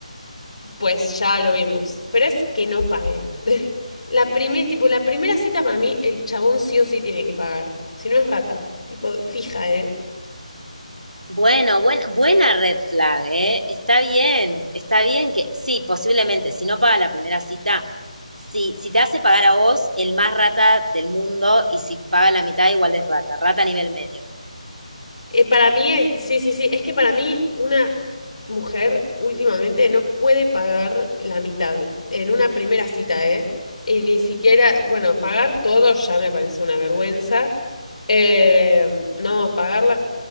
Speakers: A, on the left; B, on the right.
A: Pues ya lo vimos, pero es que no pagué. <laughs> La primer, tipo, la primera cita para mí, el chabón sí o sí tiene que pagar. Si no es rata, tipo, fija, ¿eh?
B: Bueno, buen, buena red flag, ¿eh? Está bien, está bien que, sí, posiblemente, si no paga la primera cita, si, si te hace pagar a vos, el más rata del mundo, y si paga la mitad, igual es rata, rata a nivel medio.
A: Eh, para mí es, sí, sí, sí, es que para mí una mujer últimamente no puede pagar la mitad en una primera cita, ¿eh? Y ni siquiera, bueno, pagar todo ya me parece una vergüenza. Eh, no, pagarla,